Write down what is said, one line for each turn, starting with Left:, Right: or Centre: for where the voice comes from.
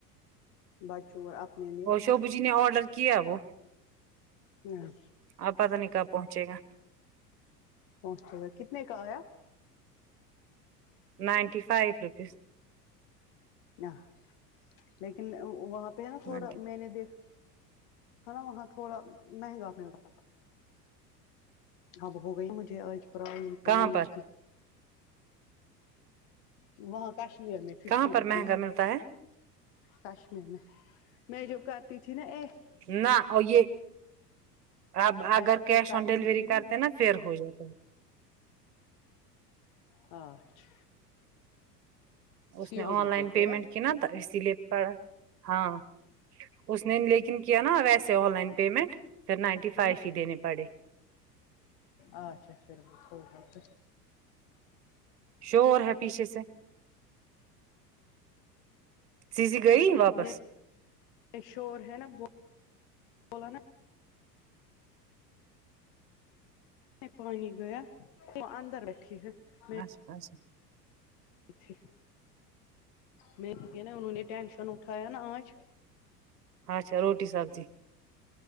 Left: بچوں اپنے لیے
Right: تو بجینے ارڈر کیا وہ
Left: ہاں
Right: آپا کنے کب پہنچے گا
Left: پہنچ گیا کتنے کا آیا
Right: نائنٹی فائیو روپیز
Left: ن لیکن وہاں پہ نا تھوڑا
Right: نائنٹی
Left: میں نے دیکھا ہاں وہاں تھوڑا مہنگا ملتا اب ہو گی مجے آج پرابلم پانی
Right: کہاں پر
Left: کی وہاں کشمیر میں ففٹی
Right: کہاں پر
Left: روپیز
Right: مہنگا ملتا ہے
Left: کشمیر میں میں جو کرتی تھی نا ا
Right: نہ اور یہ اب اگر
Left: ایپ
Right: کیش
Left: پہ کرتی
Right: آن ڈیلیوری
Left: تھی
Right: کرتے
Left: میں
Right: نا پھر ہو جاتا ہے
Left: آچ
Right: اس نے
Left: او ڈی
Right: آن لائن
Left: پہ
Right: پیمنٹ
Left: کے
Right: کیا نا تو اسی لیے پڑا ہاں اس نے لیکن کیا نا ویسے آن لائن پیمنٹ پھر نائنٹی فائیو
Left: ہ
Right: ہی دینے پڑے
Left: اچھا پھر وہ <unintelligible>
Right: شور ہے پیچھے سے سی سی گئی واپس
Left: یہ شور ہے نا بو بلا نا پانی گیا وہ اندر بیٹھی ہے میں
Right: اچھا اچھا
Left: تھی میں نا انہوں نے ٹینشن اٹھایا نا آج
Right: اچھا روٹی سبزی